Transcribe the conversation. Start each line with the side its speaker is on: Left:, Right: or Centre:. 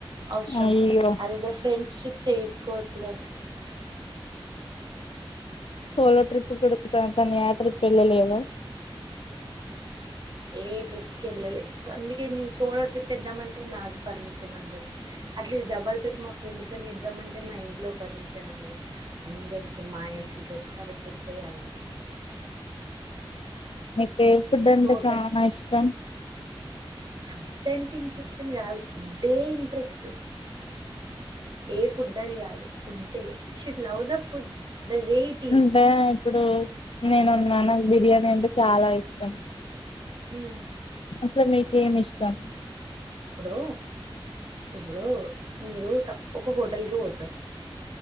Right: అవసరమా
Left: అయ్యో
Right: అదేదో ఫ్రెండ్స్ ట్రిప్స్ వేసుకోవచ్చు కదా
Left: సోలో ట్రిప్ కూడా తను తను యా ట్రిప్ వెళ్ళలేదు
Right: ఏ ట్రిప్కి వెళ్ళలే సో అందుకే నేను సోలో ట్రిప్ ఏద్దామంటే నాకు పర్మిషన్ ఉండదు. అట్లీస్ట్ డబల్ ట్రిప్ మా ఫ్రెండ్తో ఏద్దామంటే మా ఇంట్లో పర్మిషన్ ఉండదు. అందరికీ మాయం చేసి ఒకసారి ట్రిప్ వేయాలండి.
Left: బడే ఫుడ్ అంట
Right: టోటల్
Left: చానాా ఇష్టం
Right: ఫుడ్ అంటే ఇంట్రెస్ట్ అని కాదు, ఫుడ్డే ఇంట్రెస్ట్. ఏ ఫుడ్ అని కాదు ఫుడ్డే we should love the food. The way it is.
Left: అంటే ఇప్పుడు నేను ఉన్నాను బిర్యానీ అంటే చాలా ఇష్టం
Right: హ్మ్.
Left: అసలు మీకేమిష్ తను
Right: ఇప్పుడు ఇప్పుడు మీరు స ఒక హోటల్కి పోతరు